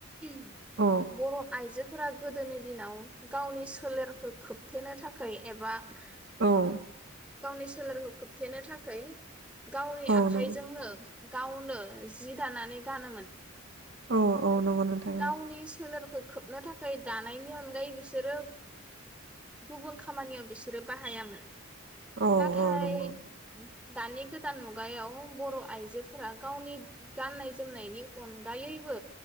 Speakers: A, in the centre; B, on the right.
A: <inaudible>
B: औ
A: बर' आइजो फोरा गोदोनि दिनाव गावनि सोलेरखौ खोबथेनो थाखाय एबा गावनि
B: औ
A: सोलेरखौ खोबथेनो थाकै गावनि आखाइजोंनो
B: नंगौ
A: गावनो जि दानानै गानोमोन
B: औ औ नंगौ नोंथां
A: गावनि
B: औ
A: सोलेरखो खोबनो थाखाय दानायनि अनगायै बिसोरो गुबुन खामानियाव बि सोरो बाहायामोन
B: औ
A: नाथाय
B: औ नंगौ
A: दानि गोदान मुगायाव बर' आइजोफोरा गावनि गाननाय जोमनायनि अनगायैबो